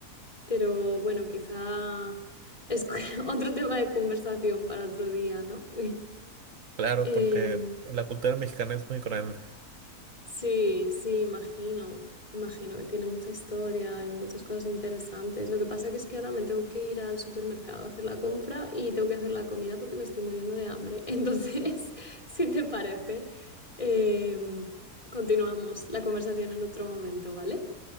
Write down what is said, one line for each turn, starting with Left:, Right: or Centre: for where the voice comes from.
Left: Pero bueno, quizá es cu- <laughs> otro tema de conversación para otro día, ¿no?
Right: Claro,
Left: <laughs> Em,
Right: porque la cultura mexicana es muy grande.
Left: Sí, sí, imagino. Imagino que tiene mucha historia y muchas cosas interesantes. Lo que pasa que es que ahora me tengo que ir al supermercado a hacer la compra y tengo que hacer la comida porque me estoy muriendo de hambre. <laughs> Entonces, si te parece, em, continuamos la conversación en otro momento, ¿vale?